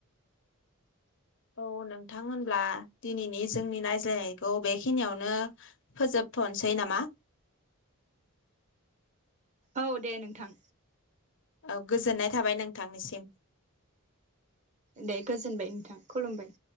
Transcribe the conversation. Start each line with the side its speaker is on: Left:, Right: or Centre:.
Left: औ नोंथां होनब्ला दिनैनि जोंनि नायज्लायनायखौ बेखिनियावनो फोजोबथनोसै नामा
Right: औ दे नोंथां
Left: औ गोजोननाय थाबाय नोंथांनिसिम
Right: दे गोजोनबाय नोंथां खुलुमबाय